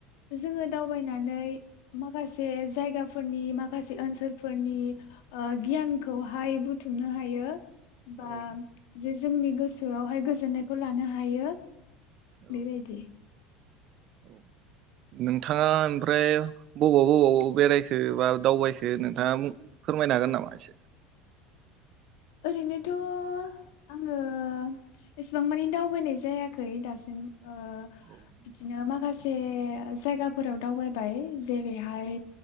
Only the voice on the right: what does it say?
औ
औ
औ। नोंथाङा ओमफ्राय बबाव -बबावब बेरायखो बा दावबायखो नोंथाङा फोरमायनो हागोन? नामा एसे
औ नंगौ
नामा?